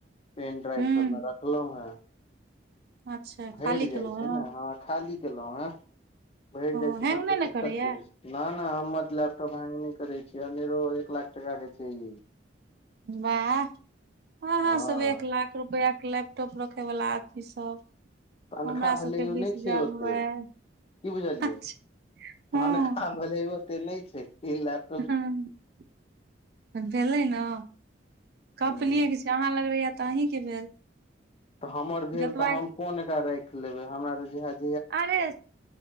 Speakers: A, on the left; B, on the right.
A: पेन ड्राइव
B: हूँ
A: सबमे रखलहुं हें।
B: अच्छा
A: भरि
B: खाली
A: जाय
B: केलहुँ
A: छैय ने हँ खाली केलहु हें, भरि जाय
B: ओ
A: छैय
B: हैंग
A: तहन
B: नहि
A: त
B: ने
A: दिक्कत
B: करैया
A: करय छैय। न-न हमर लैपटॉप हैंग नय करय छैय अनेरो एक लाख टका के छैय इ।
B: बाह अहाँ
A: हँ
B: सब एक लाख रुपयाके लैपटॉप रखय वला आदमी सब।
A: तनखा
B: हमरा
A: भेलै
B: सबके
A: ओ
B: बीस
A: नय
B: हजार
A: छैय ओते
B: मोबाइल
A: की बुझलियै।
B: अच्छा हँ
A: तनखा भलेहि ओते नै छै तीन लाख।
B: हूॅं भेलै न कप
A: हूँ
B: लीये के छै। अहाँ लग रहैये तऽ अहीं के भेल।
A: तऽ हमर भेल
B: जतबा
A: तऽ हम कोन एकरा राखि लेबै हमरा तऽ जेएहे
B: अरे